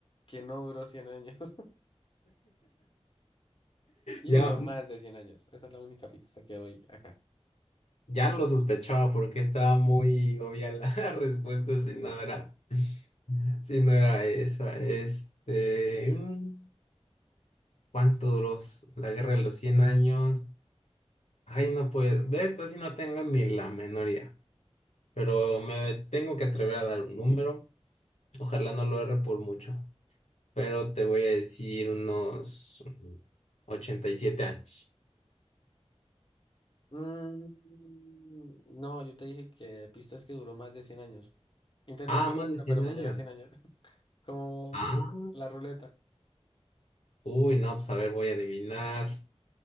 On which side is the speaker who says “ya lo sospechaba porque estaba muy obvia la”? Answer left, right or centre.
Left